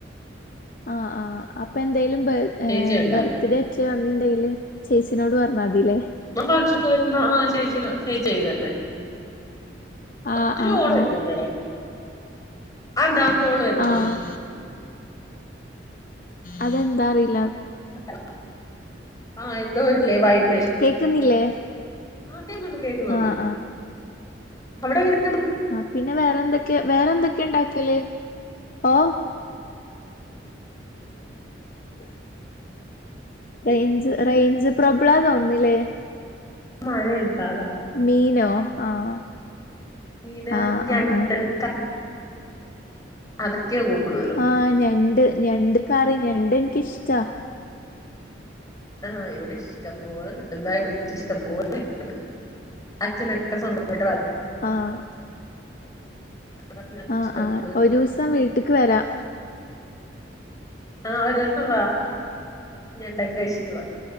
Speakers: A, on the left (about 45°); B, on the left (about 20°).
A: ആഹ ആ് അപ്പൊ എന്തായാലും
B: ചേച്ചി ഉണ്ടാക്കും
A: ബർത്ത്ഡേ ഒ വ ണ്ടല്േ ചേച്ചിനോട് പറഞ്ഞാൽ മതില്ലേ
B: ആ ഭക്ഷക്കന്ന ആ ചേച്ചി ചേച്ചി ചെയ് തരന്നെ
A: ആഹ്
B: ഒത്തിരി
A: ആഹ്
B: ഓള
A: ആഹ്
B: വരുന്നുണ്ട്ട ആ എന്താ കോ ഓള വരുന്നാ
A: ആഹ് അതെന്താ അറിയില്ല
B: <inaudible> ആഹ എന്തോ വരില്ലേ വായ്പ
A: കേക്കുന്നില്ലേ
B: കേ കേക്കുന്നുണ്ട്
A: ആഹ്
B: അവിടെങ്ങെ
A: ആ പിന്നെ വേറെ എന്തൊക്കെ വേറെന്തൊക്കെയ ഉണ്ടാക്കല് ഓ ഉ <unintelligible> റേഞ്ച് റേഞ്ച് പ്രോബ്ലാ തോന്നില്ലേ
B: മഴ എട്ടതെ
A: മീനോ ആഹ്
B: ീന്
A: ആഹ്
B: ഞണ്ട
A: ആഹ് ആഹ്
B: ക <inaudible> അതക്കെ കൂടുതലും
A: ആഹ് ഞണ്ട് ഞണ്ട് കറി ഞണ്ട് എനിിക്കിഷ്ടാ
B: ആഹ് ഇവിടെ ഇഷ്ടംപോലെ കിട്ടുന്നതായ ഇഷ്ടംപോലെ കിട്ടത് അച്ഛനൊക്കെ സ്വന്തമായിട്ട്
A: ആഹ്
B: <unintelligible>
A: ആഹ്
B: ഇഷ്ടം
A: ആഹ്
B: പോലെ
A: ഒരു
B: കിട്ടും
A: ദിവസം വീട്ടിക്ക് വരാം
B: ആഹ് ഒരു ദിവസം വാ ഞണ്ടൊക്കെ കഴിച്ചിട്ട് പോവാം